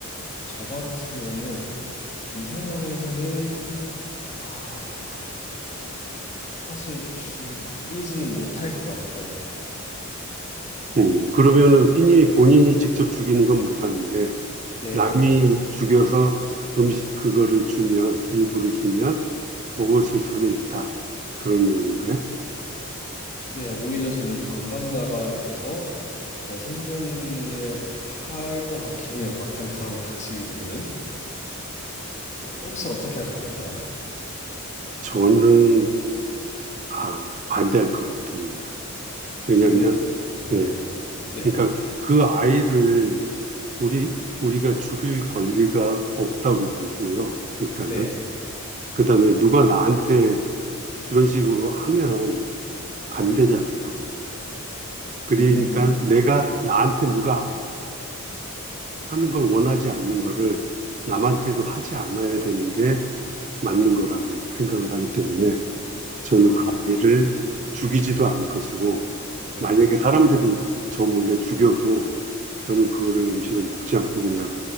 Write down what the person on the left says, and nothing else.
저 같으면은 이 상황에서는 아, 사실 죽이지는 못할 것 같아요.
네.
네, 오히려 저는 방관자가 돼서 더 생존을 할 것 같긴 해요. 막상 그 상황에 닥치게 되면은. 어, 혹시 어떻게 하실 건가요?
죽이는 것 자체를 반대하시는
거군요. 네.
네.
음. 음,
네.
아,
네.